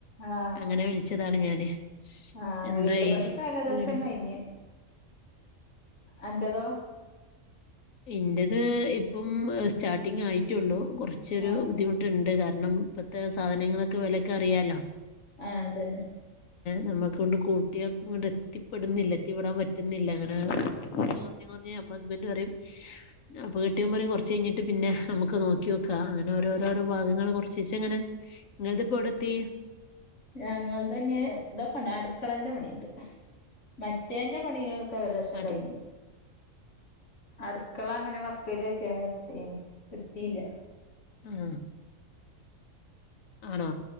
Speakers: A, on the left (about 65°); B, on the left (about 80°).
A: ആഹ
B: അങ്ങനെ വിളിച്ചതാണ് ഞാന്
A: ആഹ
B: എന്തായി
A: വീട് പണിപ്പൊ ഏകദേശം
B: വീട്
A: കഴിഞ്ഞ് എന്തേതോ
B: ഇന്റേത് ഇപ്പം സ്റ്റാർട്ടിങ് ആയിട്ടുള്ളു കുറച്ചൊരു
A: ആഹ്
B: ബുദ്ധിമുട്ടുണ്ട് കാരണം ഇപ്പഴത്തെ സാധനങ്ങളൊക്കെ വെലക്കെ അറിയാലോ
A: ആ അതന്നെ
B: നമ്മുക്ക് കൊണ്ട് കൂട്ട്യാ ഇങ്കട് എത്തിപ്പെടുന്നില്ല എത്തിപ്പെടാൻ പറ്റ- ഇന്നില്ല അങ്ങനെ കുറഞ്ഞ് കുറഞ്ഞ് കുറഞ്ഞ് അപ്പ ഹസ്ബൻ്റ് പറയും അപ്പൊ കെട്ടിയോൻ പറയും കൊറച്ച് കഴിഞ്ഞിട്ട് പിന്നെ നമുക്ക് നോക്ക്യോക്ക അങ്ങനെ ഓരോ ഓരോരോ ഭാഗങ്ങള് കുറച്ചിച്ചെ ഇങ്ങനെ നിങ്ങൾടത് ഇപ്പ എവിടെത്തി
A: ഞങ്ങൾ തന്നെ ഇതൊക്കെണ്ട് അടുക്കളന്റെ പണിയുണ്ട് മറ്റേന്റെ പണി- ഏകദേശം
B: അട്
A: കഴിഞ്ഞു അടുക്കള അങ്ങനെ വർക്കേരിയ ആക്കി അവിടട്ടീനിം ഇടിത്തില്ല
B: ആ ആണോ